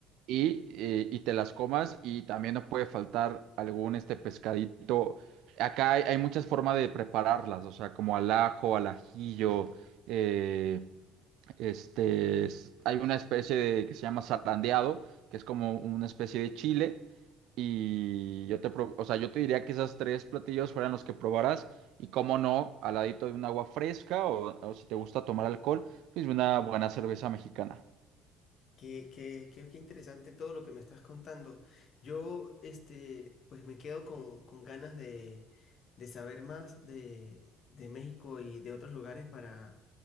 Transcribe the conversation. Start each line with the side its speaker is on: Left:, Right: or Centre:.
Right: Y, eh, y te las comas y también no puede faltar algún este pescadito. Acá hay, hay muchas formas de prepararlas, o sea, como al ajo, al ajillo, eh, este, es- hay una especie de, que se llama zarandeado, que es como una especie de chile. Y yo te, pro- o sea, yo te diría que esas tres platillos fueran los que probaras. Y cómo no, al ladito de un agua fresca o, o si te gusta tomar alcohol, pues una buena cerveza mexicana.
Left: Qué, qué- qué- qué interesante todo lo que me estás contando. Yo, este, pues me quedo con, con ganas de, de saber más de, de México y de otros lugares para,